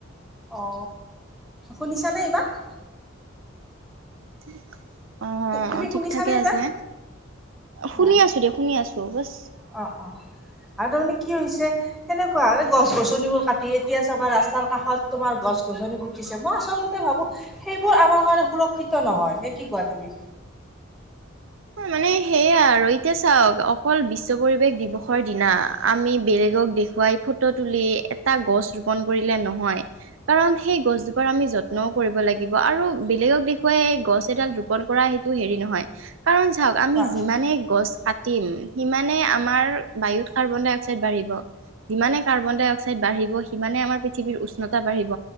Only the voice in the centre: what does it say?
অ শুনিছানে এইবাৰ।
তুমি
শুনিছানে
এইবাৰ?
হয়,
অ অ আৰু তাৰমানে কি হৈছে সেনেকুৱা এই গছ গছনিবোৰ কাটি এতিয়া ৰাস্তাৰ কাষত তোমাৰ গছ গছনি পোতিছে মই আচলতে ভাবো সেইবোৰ আমাৰ কাৰণে সুৰক্ষিত নহয় নে কি কোৱা তুমি?
হয়,